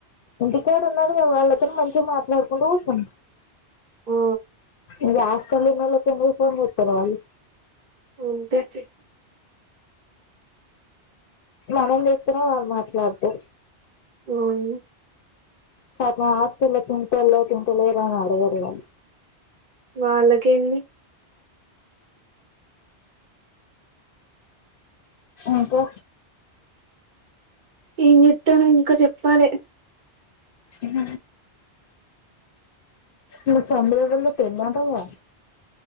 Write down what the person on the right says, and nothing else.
ఓ
అంతేటి
ఉన్ని
వాళ్ళకేంది
ఏం చేత్తాను ఇంకా చెప్పాలి